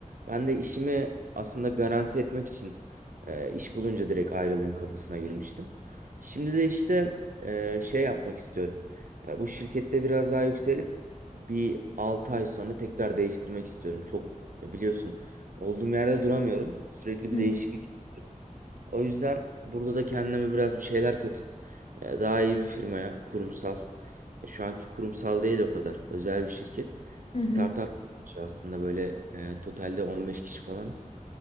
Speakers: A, on the right (about 75°); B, on the left (about 45°).
A: Ben de işimi aslında garanti etmek için e, iş bulunca direkt ayrılayım kafasına girmiştim. Şimdi de işte e, şey yapmak istiyorum. E, bu şirkette biraz daha yükselip bir 6 ay sonra tekrar değiştirmek istiyorum. Çok e, biliyorsun olduğum yerde duramıyorum. Sürekli
B: Hı
A: bir
B: hı.
A: değişiklik o yüzden burada da kendime biraz bir şeyler katıp e, daha iyi bir firmaya, kurumsal, e, şu anki kurumsal değil o kadar, özel bir şirket.
B: Hı
A: Startup
B: hı.
A: aslında böyle e, totalde 15 kişi falanız.